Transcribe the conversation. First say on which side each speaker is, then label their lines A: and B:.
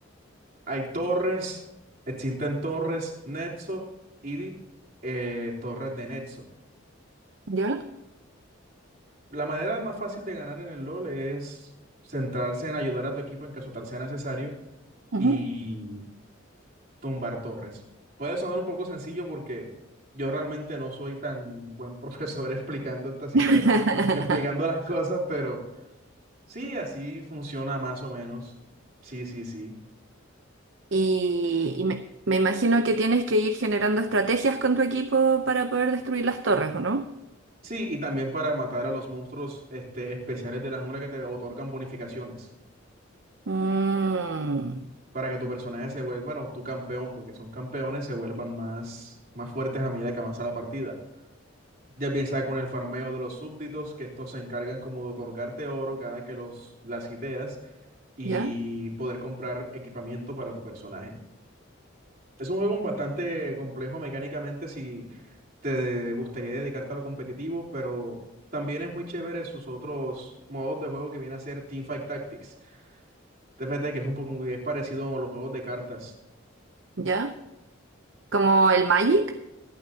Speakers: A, on the right (about 45°); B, on the right (about 65°).
A: Hay torres, existen torres, Netso y eh, torres de Netso.
B: Ya.
A: La manera más fácil de ganar en el LOL es centrarse en ayudar a tu equipo en caso tal sea necesario
B: ujú.
A: y tumbar torres. Puede sonar un poco sencillo porque yo realmente no soy tan buen profesor <laughs> explicando esta cita,
B: <laughs>
A: explicando las cosas, pero sí, así funciona más o menos. Sí, sí, sí.
B: Y, y me, me imagino que tienes que ir generando estrategias con tu equipo para poder destruir las torres, ¿o no?
A: Sí, y también para matar a los monstruos este, especiales de la jungla que te otorgan bonificaciones.
B: Mm,
A: para que tu personaje se vuelva, bueno, tu campeón, porque son campeones, se vuelvan más, más fuertes a medida que avanza la partida. Ya piensa con el farmeo de los súbditos, que estos se encargan como de otorgarte oro cada que los las hiteas y
B: ya,
A: poder comprar equipamiento para tu personaje. Es un juego bastante complejo mecánicamente si te gustaría dedicarte a lo competitivo, pero también es muy chévere sus otros modos de juego que viene a ser Teamfight Tactics. TFT, que es un poco es parecido a los juegos de cartas
B: ya. ¿Como el Magic?